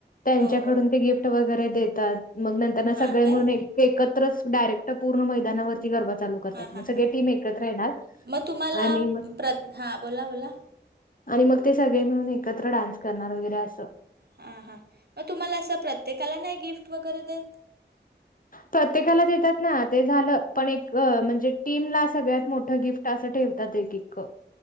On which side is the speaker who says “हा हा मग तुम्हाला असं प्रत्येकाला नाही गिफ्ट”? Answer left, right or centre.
Right